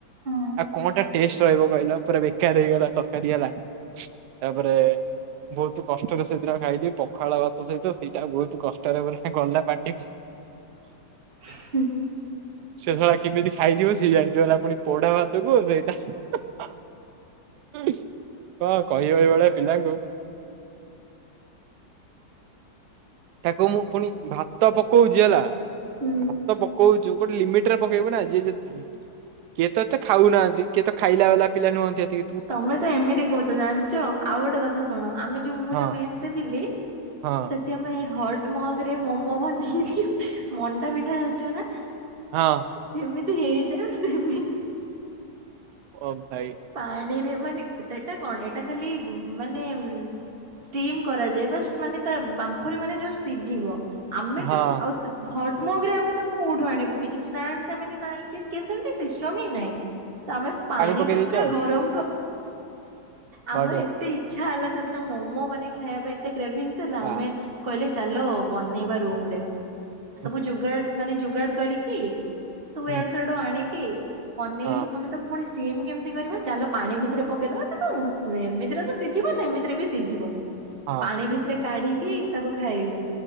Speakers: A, on the right (about 35°); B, on the right (about 70°).
A: ହଁ
B: ଆଉ କଣଟା ଟେଷ୍ଟ ରହିବ କହିଲ ପୁରା ବେକାର ହେଇଗଲା ତରକାରୀ ହେଲା। ତାପରେ ବହୁତ କଷ୍ଟରେ ସେଦିନ ଖାଇଲି ପଖାଳ ସହିତ ସେଇଟା ବହୁତ କଷ୍ଟରେ ଗଲା ପାଟିକୁ
A: ହୁଁ
B: ଶେ ଶଳା କେମିତି ଖାଇଥିବ ସିଏ ଜାଣିଥିବଲା ପୁଣି ପୋଢା ଭାତକୁ ସେଇଟା କଣ କହିବ ଏଇଭଳିଆ ପିଲାଙ୍କୁ ତାକୁ ମୁଁ ପୁଣି ଭାତ ପକଉଛି ହେଲା
A: ହୁଁ
B: ତ ପକଉଛୁ ଗୋଟେ ଲିମିଟ ରେ ପକେଇବୁ ନା ଯିଏ କିଏ ତ ଏତେ ଖାଉନାହାନ୍ତି କିଏ ତ ଖାଇଲା ବାଲା ପିଲା ନୁହଁନ୍ତି ଏତି
A: ତମେ ତ ଏମିତି କହୁଛ ଜାଣିଛ ଆଉ ଗୋଟେ କଥା ଶୁଣ ଆମେ ଯୋଉ ମୁଁ
B: ହଁ
A: ଯୋଉ ମେନ୍ସ ରେ ଥିଲି
B: ହଁ
A: ସେଠି ଆମେ ହଟ୍ ମଗ ରେ ମମୋ ବନେଇ ମଣ୍ଡା ପିଠା ଜାଣିଛ ନା
B: ହଁ
A: ଯେମିତି ହେଇଯାଏ ମୁ ସେମିତି
B: ଅ ଭାଇ
A: ପାଣିରେ ମାନେ ସେଟା କଣ ଏଇଟା ଖାଲି ମାନେ ଷ୍ଟିମ୍ କରାଯାଏ ବା ମାନେ ତା ବାମ୍ପରି ମାନେ ଯୋଉ ସିଝିବ ଆମେ
B: ହଁ
A: ତାକୁ ଆଉ ମୋଗରେ ଆମେ ତାକୁ କୋଉଠୁ ଆଣିବୁ କିଛି ମଁମତି ସିଷ୍ଟ ହଁ ତ ଆମେ ପାଣି
B: ପକେଇ
A: ଟା
B: ଦେଇଛ
A: ପୁରା
B: ଆଉ।
A: କଣ ଆମର
B: ବଢିଆ
A: ଏ ଏତେ ଇଚଛା ହେଲା ସେଦିନ ମୋମୋ ମାନେ ଖାଇବା ପାଇଁ ଏତେ କ୍ରଭିଂସ ହେଲା
B: ବା
A: ଆମେ କହିଲେ ଚାଲ ବନେଇବା ରୁମରେ ସବୁ
B: ହୁଁ
A: ଯୋଗାଡ ମାନେ ଯୋଗାଡ କରିକି ସବୁ
B: ହୁଁ
A: ଆଡୁ ସ ଆଡୁ ଆଣିକି ବନେଇଲୁ
B: ହଁ
A: ଆମେ ତାକୁ ପୁଣି ଷ୍ଟିମ୍ କେମିତି କରିବା ଚାଲ ପାଣି ଭିତରେ ପକେଇଦବା ସେ ତ ଏମିତିରେ ତ ସିଝିବ ସେମିତିରେ ବି ସିଝିବ।
B: ହଁ
A: ପାଣି ଭିତରେ କାଢିକି ତାକୁ ଖାଇଲୁ